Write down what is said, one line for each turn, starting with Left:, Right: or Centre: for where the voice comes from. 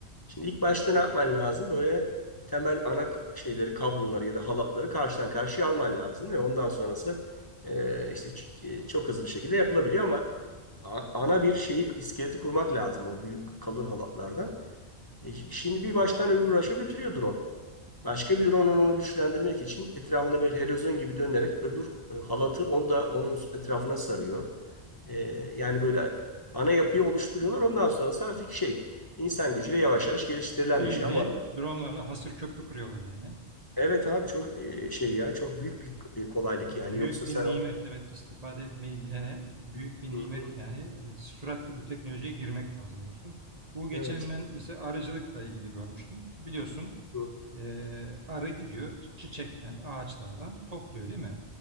Left: Şimdi ilk başta ne yapman lazım? Böyle temel ana k- şeyleri, kabloları ya da halatları karşıdan karşıya alman lazım ve ondan sonrası e, işte ç- e, çok hızlı bir şekilde yapılabiliyor ama a- ana bir şeyi, iskeleti kurmak lazım o büyük kalın halatlardan. E, ş- şimdi bir baştan öbür başa götürüyor drone. Başka bir rononun onu güçlendirmek için etrafında böyle helezon gibi dönerek öbür e, halatı onu da onun etrafına sarıyor. E, yani böyle ana yapıyı oluşturuyorlar. Ondan sonrası artık şey insan gücüyle yavaş yavaş geliştirilen
Right: Bildiğin
Left: bir şey ama
Right: dronlarla hasır köprü kuruyorlar yani.
Left: evet abi çok e, şey ya çok büyük bir e, kolaylık
Right: Büyük
Left: yani yoksa
Right: bir
Left: sen
Right: nimet
Left: o
Right: evet istifade etmeyi bilene büyük bir nimet
Left: hı hı,
Right: yani Evet, süratle bu teknolojiye girmek lazım dostum. Bu geçen
Left: evet
Right: ben mesela arıcılıkla ilgili görmüştüm. Biliyorsun
Left: hı
Right: Ee, arı gidiyor çiçekten, ağaçlardan topluyor değil mi?